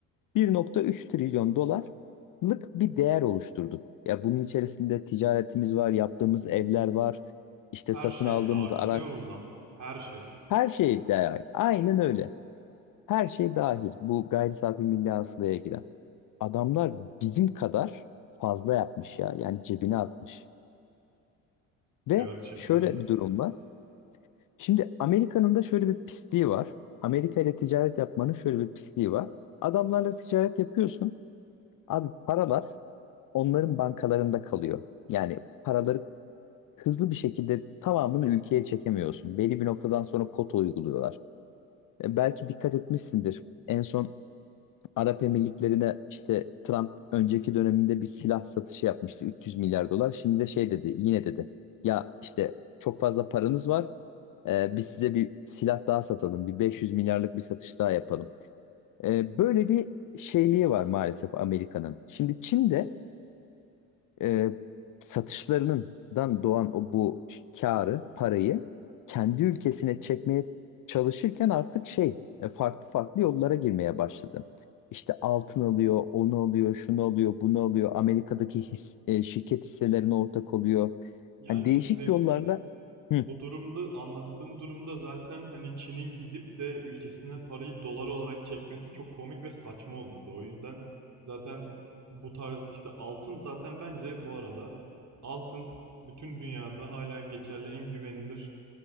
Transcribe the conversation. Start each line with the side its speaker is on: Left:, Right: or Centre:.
Left: 1.3 trilyon dolarlık bir değer oluşturduk. Ya bunun içerisinde ticaretimiz var, yaptığımız evler var, işte
Right: Her
Left: satın
Right: şey
Left: aldığımız
Right: dahil
Left: araç,
Right: değil mi buna? Her şey.
Left: her şey dahil. Aynen öyle. Her şey dahil. Bu gayri safi milli hasılaya giren. Adamlar bizim kadar fazla yapmış ya. Yani cebine atmış. Ve
Right: Gerçekten.
Left: şöyle bir durum var. Şimdi Amerika'nın da şöyle bir pisliği var. Amerika ile ticaret yapmanın şöyle bir pisliği var. Adamlarla ticaret yapıyorsun. Abi paralar onların bankalarında kalıyor. Yani paraları hızlı bir şekilde tamamını ülkeye çekemiyorsun. Belli bir noktadan sonra kota uyguluyorlar. E, belki dikkat etmişsindir. En son Arap Emirlikleri'ne işte Trump önceki döneminde bir silah satışı yapmıştı 300 milyar dolar. Şimdi de şey dedi yine dedi. Ya işte çok fazla paranız var. E, biz size bir silah daha satalım. Bir 500 milyarlık bir satış daha yapalım. E, böyle bir şeyliği var maalesef Amerika'nın. Şimdi Çin'de e, satışlarından doğan o bu karı, parayı kendi ülkesine çekmeye çalışırken artık şey e, farklı farklı yollara girmeye başladı. İşte altın alıyor, onu alıyor, şunu alıyor, bunu alıyor. Amerika'daki his, e, şirket hisselerine ortak oluyor.
Right: Yani
Left: Hani değişik
Right: şimdi
Left: yollarla. Hı
Right: O durumda anlattığın durumda zaten hani Çin'in gidip de ülkesine parayı dolar olarak çekmesi çok komik ve saçma olurdu. O yüzden zaten bu tarz işte altın zaten bence bu arada altın bütün dünyada hala geçerli en güvenilir